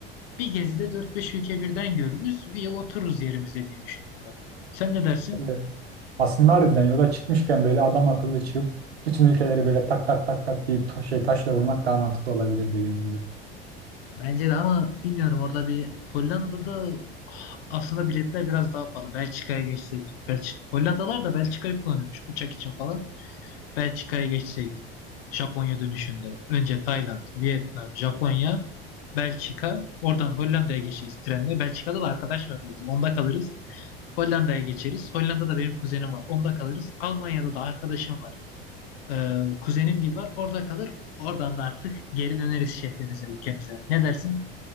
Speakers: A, on the left; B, on the right.
A: bir gezide dört beş ülke birden görürüz. Bir yıl otururuz yerimizde diye düşündüm ben. Sen ne dersin?
B: Evet. Aslında harbiden yola çıkmışken böyle adam akıllı çıkıp bütün ülkeleri böyle tak tak tak tak bir ta- şey taşla vurmak daha mantıklı olabilir dediğin gibi.
A: Bence de ama bilmiyorum orada bir Hollanda'da aslında biletler biraz daha pahalı. Belçika'ya geçsek. Belç Hollandalar da Belçika'yı kullanıyormuş uçak için falan. Belçika'ya geçsek. Japonya dönüşünde. Önce Tayland, Vietnam, Japonya, Belçika. Oradan Hollanda'ya geçeceğiz trenle. Belçika'da da arkadaş vardı bizim. Onda kalırız. Hollanda'ya geçeriz. Hollanda'da benim kuzenim var. Onda kalırız. Almanya'da da arkadaşım var. Ee, kuzenim gibi var. Orada kalır. Oradan da artık geri döneriz şehrimize, ülkemize. Ne dersin?